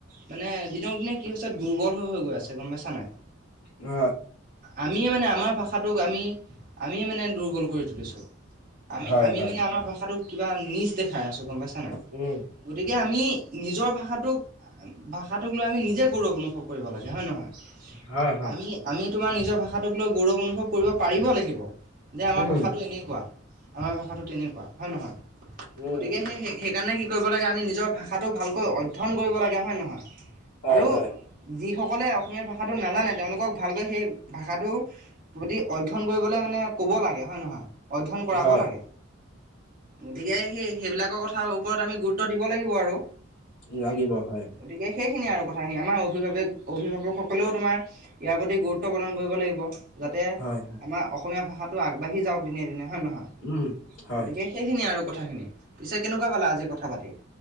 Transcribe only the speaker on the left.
হয়,
হয়,
হয়,
উম,
হয়, হয়,
উম,
উম,
উম,
হয়,
হয়,
হয়,
লাগিব হয়,
হয়,
উম, হয়,